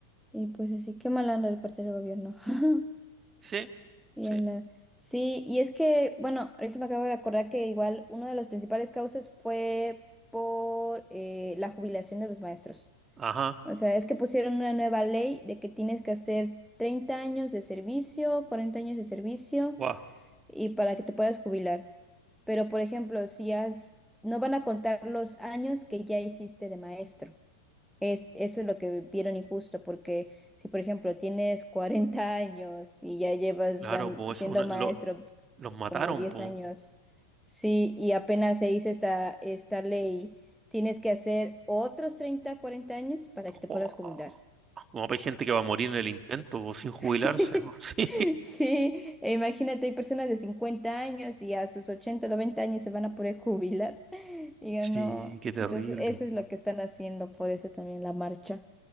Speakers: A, in the centre; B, on the right (about 25°).
A: Y pues así, qué mal anda el partido del gobierno. <laughs>
B: Sí,
A: Y
B: sí.
A: a la- Sí, y es que, bueno, ahorita me acabo de acordar que igual una de las principales causas fue por eh, la jubilación de los maestros.
B: Ajá.
A: O sea, es que pusieron una nueva ley de que tienes que hacer 30 años de servicio, 40 años de servicio.
B: Guau.
A: y para que te puedas jubilar. Pero, por ejemplo, si has, no van a contar los años que ya hiciste de maestro. Es, eso es lo que vieron injusto, porque si, por ejemplo, tienes 40 años y ya llevas
B: Claro,
A: dan-
B: pues
A: siendo
B: eso es una- lo-
A: maestro
B: los mataron,
A: como 10
B: pues.
A: años, sí, y apenas se hizo esta, esta ley, tienes que hacer otros 30 40 años para
B: Guau.
A: que te puedas jubilar.
B: Como hay gente que va a morir en el intento, po, sin jubilarse.
A: <laughs>
B: po. <laughs> Sí.
A: Sí, e imagínate, hay personas de 50 años y a sus 80, 90 años se van a poder jubilar. <laughs> Digo,
B: Sí,
A: no.
B: qué terrible.
A: Entonces, eso es lo que están haciendo, por eso también la marcha